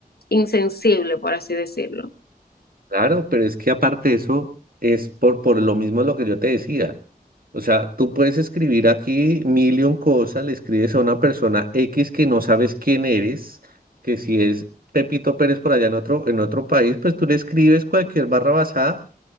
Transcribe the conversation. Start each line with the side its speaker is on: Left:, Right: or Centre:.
Left: insensible, por así decirlo.
Right: Claro, pero es que aparte de eso, es por, por lo mismo lo que yo te decía. O sea, tú puedes escribir aquí mil y un cosas, le escribes a una persona X que no sabes quién eres, que si es Pepito Pérez por allá en otro, en otro país, pues tú le escribes cualquier barra basada